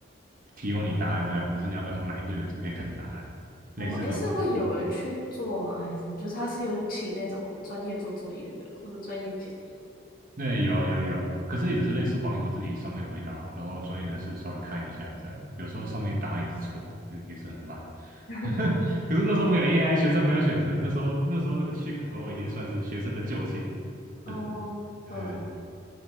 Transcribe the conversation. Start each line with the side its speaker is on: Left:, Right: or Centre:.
Right: 提供你答案这样，可是你要跟他买会员才可以看答案，类似这种。
Left: 哦，诶，是会有人去做吗？还是就是他是有请那种专业做作业的，或者专业解答？
Right: 那有有有，可是也只是类似网友自己上面回答，然后专业人士稍微看一下，这样有时候上面答案也是错的，也也是很烂。
Left: <laughs>
Right: <laughs> 可是那时候没有 AI，学生没有选择，那时候那时候那个 Chick 的话已经算是学生的救星，
Left: 哦，
Right: 很对
Left: 嗯